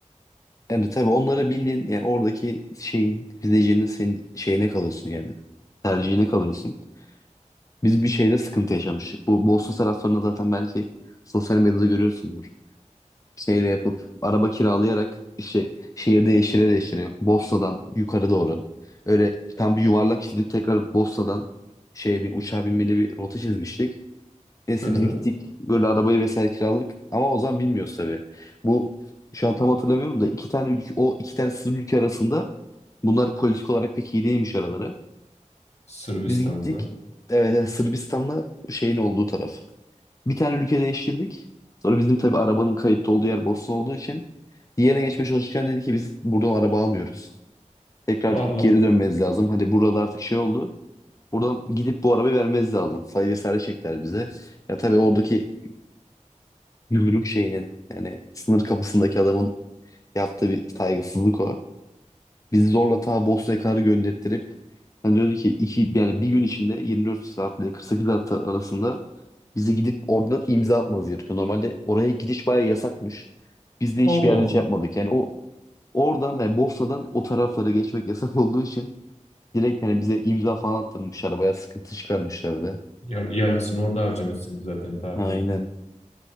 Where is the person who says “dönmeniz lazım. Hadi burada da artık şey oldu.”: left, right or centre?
Left